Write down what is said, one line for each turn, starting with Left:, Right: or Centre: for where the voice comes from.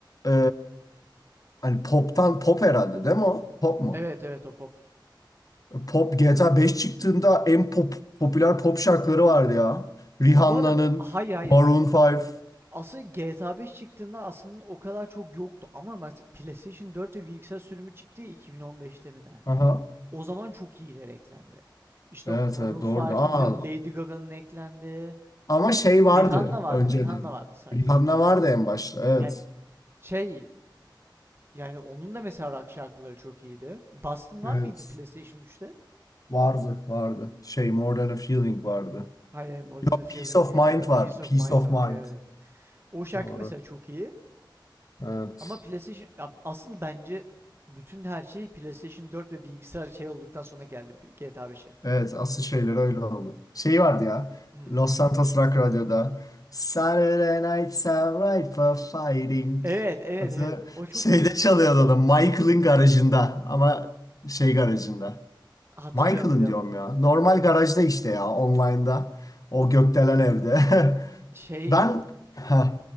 Left: e, hani pop'tan pop herhalde değil mi o? Pop mu?
Right: Evet evet o pop.
Left: Pop GTA 5 çıktığında en pop, popüler pop şarkıları vardı ya. Rihanna'nın
Right: Bu arada hayır hayır
Left: Maroon
Right: bak
Left: 5.
Right: Asıl GTA 5 çıktığında aslında o kadar çok yoktu ama mes- PlayStation 4 ve bilgisayar sürümü çıktı ya 2015'te mi ne?
Left: Aha.
Right: O zaman çok iyiler eklendi. İşte
Left: Evet,
Right: o Maroon
Left: evet doğru.
Right: 5'ın
Left: Aa,
Right: diyorsun Lady Gaga'nın eklendi.
Left: ama şey vardı
Right: Rihanna vardı,
Left: önceden.
Right: Rihanna vardı sadece.
Left: Rihanna vardı en başta. Evet.
Right: Yani şey yani onun da mesela rock şarkıları çok iyiydi. Boston var
Left: Evet.
Right: mıydı PlayStation üçte?
Left: Vardı, vardı. Şey More Than a Feeling vardı.
Right: Hayır, More
Left: Yok,
Right: Than a Feeling
Left: Peace of
Right: değil
Left: Mind
Right: ya. Peace
Left: var, Peace
Right: of Mind
Left: of
Right: vardı.
Left: Mind.
Right: Evet, evet. O şarkı
Left: Doğru.
Right: mesela çok iyi.
Left: Evet.
Right: Ama PlayStation ya asıl bence bütün her şey PlayStation 4 ve bilgisayar şey olduktan sonra geldi bu GTA 5'e.
Left: Evet, asıl şeyler öyle oldu. Şey vardı ya.
Right: Hmm.
Left: Los Santos Rock Radyo'da. Saturday nights are ripe for fighting.
Right: Evet, evet,
Left: Hatta
Right: evet. O çok
Left: şeyde çalıyordu da Michael'ın garajında ama şey garajında.
Right: hatırlıyorum
Left: Michael'ın
Right: biliyorum.
Left: diyorum ya. Normal garajda işte ya online'da. O gökdelen evde. <laughs>
Right: Şey
Left: Ben ha